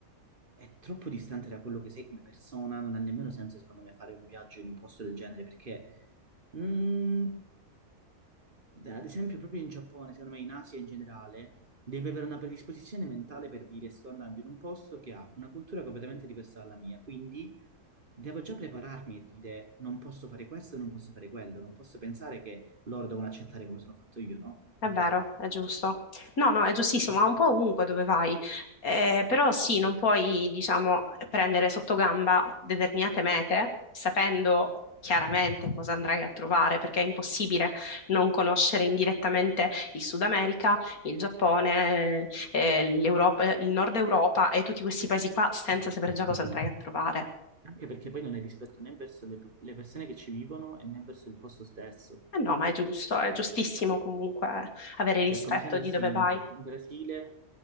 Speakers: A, on the right; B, on the left.
A: è troppo distante da quello che sei come persona, non ha nemmeno senso, secondo me, fare un viaggio in un posto del genere, perché, mm, ad esempio, proprio in Giappone, secondo me, in Asia in generale, devi avere una predisposizione mentale per dire sto andando in un posto che ha una cultura completamente diversa dalla mia, quindi devo già prepararmi e dire non posso fare questo, non posso fare quello, non posso pensare che loro devono accettare come sono fatto io, no?
B: È vero, è giusto. No, no, è giustissimo, ma un po' ovunque dove vai. Eh, però sì, non puoi, diciamo, prendere sotto gamba determinate mete sapendo chiaramente cosa andrai a trovare, perché è impossibile non conoscere indirettamente il Sud America, il Giappone, eh, l'Europa, il Nord Europa e tutti questi paesi qua senza sapere già cosa andrai a trovare.
A: Anche perché poi non è rispetto né verso le le persone che ci vivono e né verso il posto stesso.
B: Eh no, ma è giusto, è giustissimo comunque avere rispetto
A: Cioè, è come se andassi
B: di dove vai.
A: in Brasile,